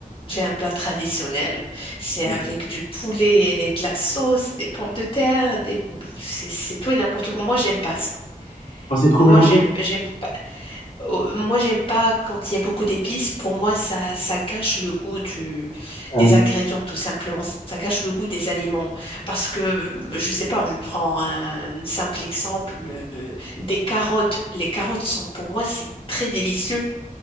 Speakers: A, on the left (about 35°); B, on the left (about 55°).
A: J'ai un plat traditionnel, c'est
B: Ouais.
A: avec du poulet et de la sauce, des pommes de terre, des... c'est c'est tout et n'importe quoi. Moi, j'aime pas ça.
B: Quand c'est trop
A: Moi,
B: mélangé?
A: j'aime, j'aime pas... euh, Moi, j'aime pas quand il y a beaucoup d'épices. Pour moi, ça, ça gâche le goût du...
B: Ah
A: des
B: oui,
A: ingrédients, tout simplement. Ça gâche le goût des aliments. Parce que, euh, je sais pas, je prends un simple exemple, euh, des carottes. Les carottes sont, pour moi, c'est très délicieux.